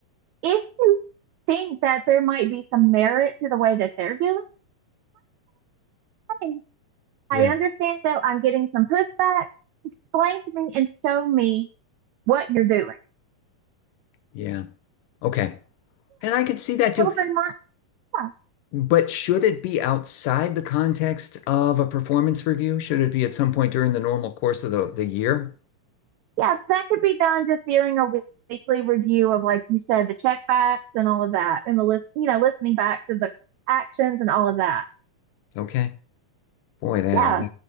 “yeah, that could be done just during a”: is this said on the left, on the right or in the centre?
Right